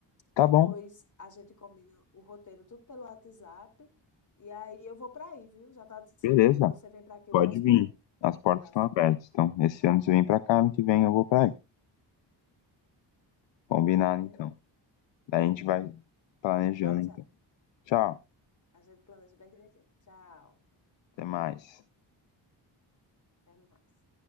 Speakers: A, on the left; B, on the left.
A: Tá
B: Depois
A: bom,
B: a gente combina o roteiro tudo pelo WhatsApp. E aí eu vou para aí, viu? Já está decidido.
A: beleza.
B: E você vem para aqui
A: Pode
B: o próximo
A: vir.
B: ano.
A: As portas
B: Tá,
A: estão abertas. Então, esse ano você vem pra cá, ano que vem eu vou pra aí. Combinado,
B: tá combinado.
A: então. Daí a gente vai planejando,
B: Tá, tchau, tchau.
A: então. Tchau,
B: A gente planeja bem direitinho. Tchau.
A: até mais.
B: Até mais.